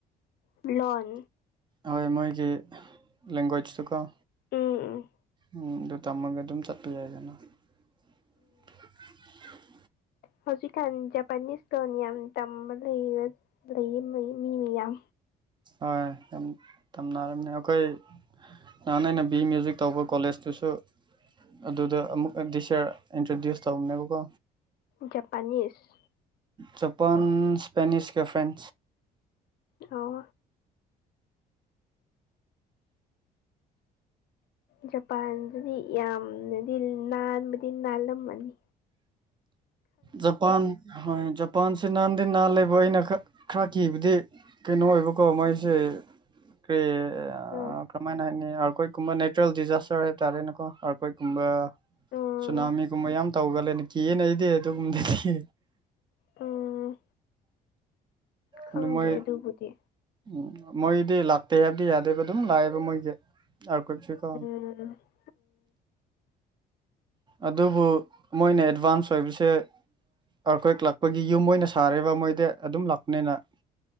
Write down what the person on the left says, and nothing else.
ꯂꯣꯟ꯫
ꯎꯝ
ꯍꯧꯖꯤꯛ ꯀꯥꯟ ꯖꯄꯅꯤꯁ ꯂꯣꯟ ꯌꯥꯝ ꯇꯝꯕ ꯂꯩꯕꯅꯤ꯫ ꯂꯩꯌꯦ ꯃꯤ ꯃꯤ ꯃꯌꯥꯝ꯫
ꯖꯄꯅꯤꯁ꯫
ꯑꯣ꯫ ꯖꯄꯥꯟꯗꯗꯤ ꯌꯥꯝꯅꯗꯤ ꯅꯥꯟꯕꯗꯤ ꯅꯥꯟꯂꯝꯃꯅꯤ꯫
ꯑꯥ
ꯎꯝ
ꯎꯝ꯫ ꯈꯪꯗꯦ
ꯑꯗꯨꯕꯨꯗꯤ
ꯎꯝ ꯎꯝ꯫